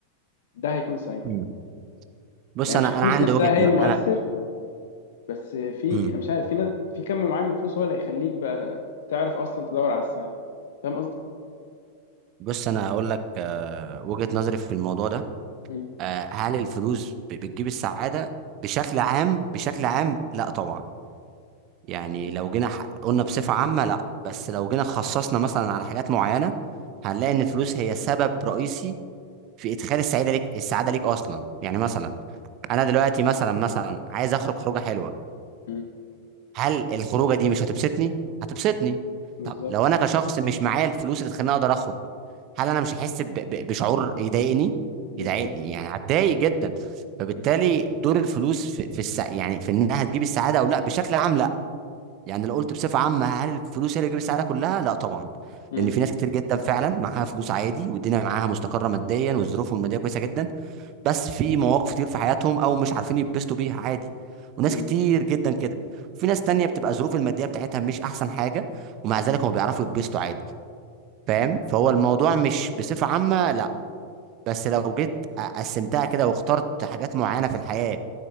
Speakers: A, on the left; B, on the right.
A: ده هيكون سعيد
B: امم بص
A: يعني
B: انا
A: مش الفلوس
B: انا عندي
A: نفسها
B: وجهة
A: هي
B: ن-
A: المؤثر
B: انا
A: بس في
B: امم
A: انا مش عارف في ناس في كم معين من الفلوس هو اللي هيخليك بقى تعرف اصلا تدور على السعادة فاهم قصدي؟
B: بص انا هقول لك آه، وجهة نظري في الموضوع ده
A: مم.
B: آه، هل الفلوس ب- بتجيب السعادة بشكل عام بشكل عام لا طبعا يعني
A: مم.
B: لو جينا ح- قلنا بصفة عامة لا بس لو جينا خصصنا مثلا على حاجات معينة هنلاقي ان الفلوس هي سبب رئيسي في ادخال السعادة ليك السعادة ليك اصلا يعني مثلا انا دلوقتي مثلا مثلا عايز اخرج خروجة حلوة
A: مم.
B: هل الخروجه دي مش هتبسطني هتبسطني
A: بالظبط
B: طب لو انا كشخص مش معايا الفلوس اللي تخليني اقدر اخرج هل انا مش هحس ب- ب- بشعور يضايقني
A: بالظبط
B: يضايقني يعني هتضايق جدا فبالتالي
A: مم.
B: دور الفلوس في, في السع... يعني في انها هتجيب السعاده او لا بشكل عام لا يعني لو قلت بصفه عامه هل الفلوس هي اللي تجيب السعاده كلها لا طبعا
A: مم.
B: لان في ناس كتير جدا فعلا معاها فلوس عادي والدنيا معاها مستقره ماديا والظروف الماديه كويسه جدا بس في مواقف كتير في حياتهم او مش عارفين يتبسطوا بيها عادي وناس
A: مم.
B: كتير جدا كده وفي ناس تانية بتبقى ظروف المادية بتاعتها مش احسن حاجة ومع ذلك هم بيعرفوا يتبسطوا عادي فاهم فهو الموضوع مش بصفة عامة لا بس لو جيت قسمتها كده واخترت حاجات معينة في الحياة